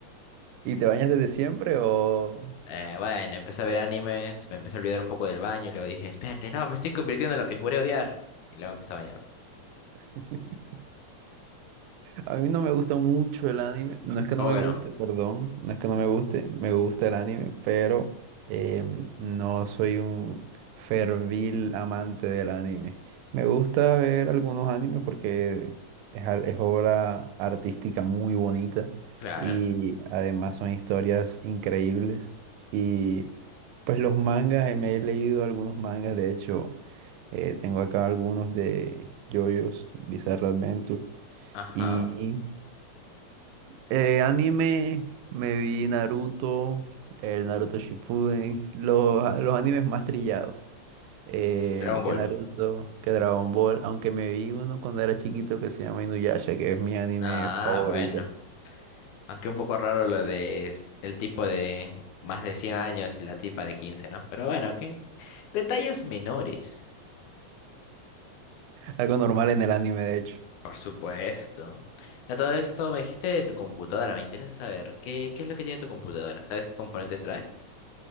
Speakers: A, on the right; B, on the left.
A: ¿Y te bañas desde siempre o...?
B: Eh, bueno, empecé a ver animes, me empecé a olvidar un poco del baño y luego dije, espérate, no, me estoy convirtiendo en lo que juré odiar. Y luego empecé a bañar.
A: <laughs> A mí no me gusta mucho el anime. No es que
B: ¿Cómo
A: no me
B: que
A: guste,
B: no?
A: perdón. No es que
B: No.
A: no me guste. Me gusta el anime, pero em, no soy un fervil amante del anime. Me gusta ver algunos animes porque es, al- es obra artística muy bonita
B: Claro.
A: y además son historias increíbles. Y pues los mangas, eh, me he leído algunos mangas. De hecho, eh, tengo acá algunos de JoJo's Bizarre Adventure.
B: Ajá.
A: Y eh, anime, me vi Naruto, el Naruto Shippuden, los, los animes más trillados. Eh,
B: Dragon Ball.
A: que Naruto, que Dragon Ball, aunque me vi uno cuando era chiquito que se llama Inuyasha, que es mi anime
B: Ah,
A: favorito.
B: bueno. Aunque un poco raro lo de s- el tipo de más de 100 años y la tipa de quince ¿no? Pero bueno, ¿qué? Detalles menores.
A: Algo normal en el anime, de hecho.
B: Por supuesto. Ya todo esto me dijiste de tu computadora. Me interesa saber qué, qué es lo que tiene tu computadora. ¿Sabes qué componentes trae?